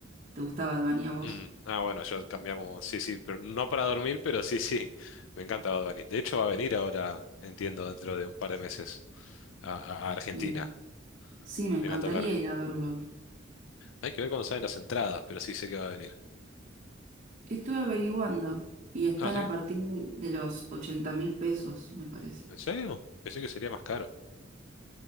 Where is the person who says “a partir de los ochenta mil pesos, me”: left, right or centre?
Right